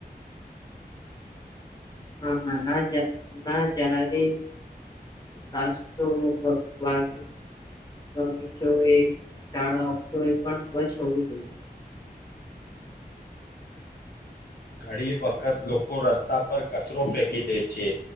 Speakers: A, on the left; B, on the left.
A: હા ના ના જાારે રાસ્તોગીચો એ શાળા પણ સ્વચ્છ હોવું જોઈએ
B: ઘણી વખત લોકો રસ્તા પર કચરો ફેંકી દે છે